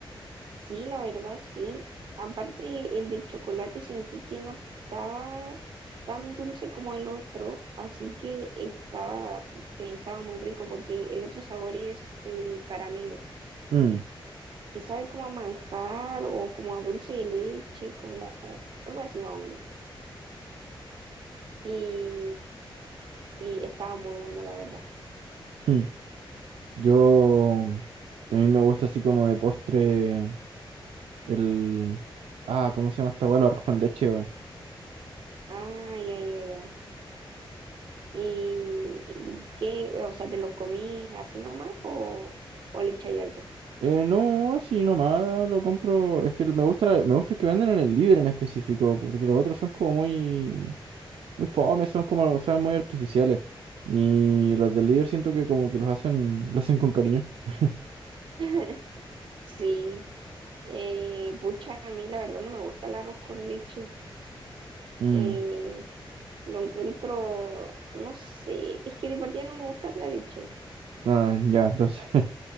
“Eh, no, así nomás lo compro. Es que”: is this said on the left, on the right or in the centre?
Right